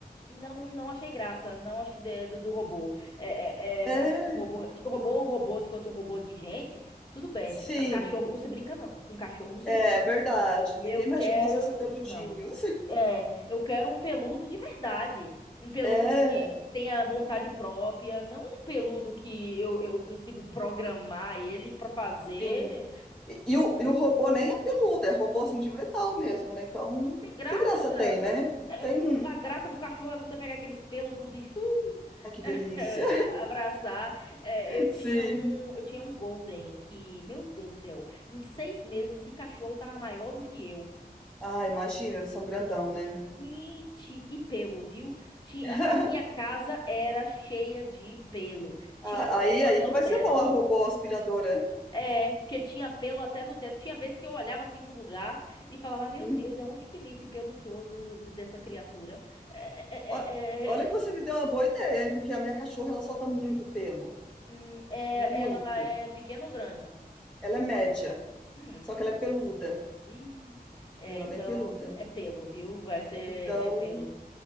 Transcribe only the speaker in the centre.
É,
sim,
é
verdade. Ninguém
mexe com nossos peludinhos.
É.
Sim. E, e o, e o robô nem é peludo, é robô assim de metal mesmo, né? Então,
que graça tem, né?
Tem.
um,
Ai, que
delícia.
<laughs>
Sim.
Ah, imagina, eles são grandão, né?
<laughs>
Ah,
Aí, aí
que
vai
ser bom a robô aspiradora. hein?
Hum.
Ó- Olha
que você me deu uma boa ideia, hein? Porque a minha cachorra ela solta muito pelo.
Muito.
Ela é média,
só que ela é peluda,
né? Ela
é bem peluda.
Então,